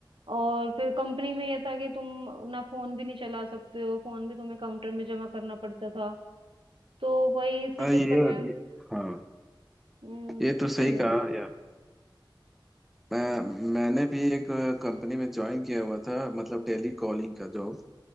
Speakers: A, on the right; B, in the centre.
A: और फिर कंपनी में ये था कि तुम ना फोन भी नहीं चला सकते हो फोन भी तुम्हें काउंटर में जमा करना पड़ता था तो वही इसी
B: हाँ
A: चक्कर
B: ये,
A: में
B: ये हाँ
A: हम्म
B: ये तो
A: इसीलिए
B: सही कहा यार मैं मैंने भी एक कंपनी में ज्वाइन किया हुआ था मतलब टेली कॉलिंग का जॉब